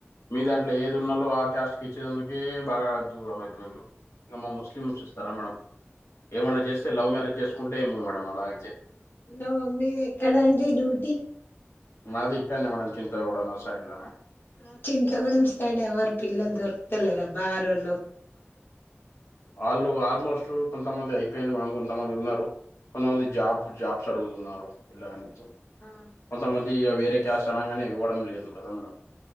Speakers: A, on the left; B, on the left.
A: మీ దాంట్లో ఏది ఉన్నాలో ఆ ట్యాస్ట్ కి ఇచ్చేందుకే బాగా దూరం అయిపోయింలు ఇంకా మా ముస్లిమ్స్ కి ఇస్తారా మేడమ్ ఏమన్నా చేస్తే లవ్ మ్యారేజ్ చేసుకుంటే ఏమో మేడమ్ అలా అయితే
B: ఓ మీది ఎక్కడండి డ్యూటీ
A: మాది ఇక్కడనే మేడమ్ చింతగూడా సైడ్ లనే
B: ఆ చింతాగూడం సైడ్ ఎవరు పిల్లలు దొరకుతలేరా బారోళ్లు
A: వాళ్ళు ఆల్మోస్ట్ కొంతమంది అయిపోయిన్రు మేడం కొంతమంది ఉన్నారు కొంతమంది జాబ్ జాబ్స్ అడుగుతున్నారు పిల్ల గానుంచి
B: ఆ
A: కొంతమంది వేరే క్యాస్ట్ అనగానే ఇవ్వడం లేదు కదా మేడం